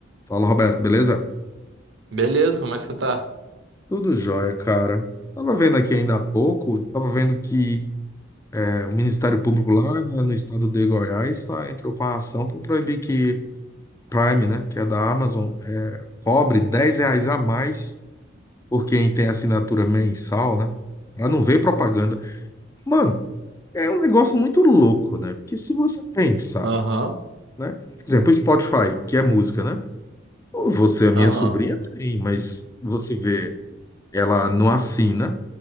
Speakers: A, on the left; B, on the right.
A: Fala, Roberto, beleza?
B: Beleza, como é que você tá?
A: Tudo jóia, cara. Tava vendo aqui ainda há pouco, tava vendo que é, o Ministério Público lá né, no estado de Goiás tá, entrou com a ação para proibir que Prime, né, que é da Amazon, é, cobre 10 reais a mais por quem tem assinatura mensal, né? Pra não ver propaganda. Mano, é um negócio muito louco, né? Porque se você pensar,
B: Aham,
A: né? Por exemplo, o Spotify, que é música, né? Você, a minha
B: aham,
A: sobrinha, tem, mas você vê, ela não assina